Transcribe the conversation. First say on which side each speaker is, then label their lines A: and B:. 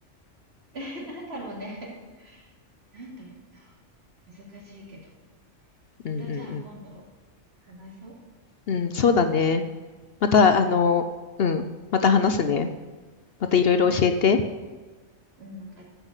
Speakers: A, on the right; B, on the left.
A: <laughs> なんだろうね。なんだろうな。難しいけど。
B: うんうん
A: またじゃあ今度話そ
B: うん。うん、そうだね。また、
A: う。
B: あの、
A: うん。
B: うん、また話すね。またいろいろ教えて。
A: うん、わかった。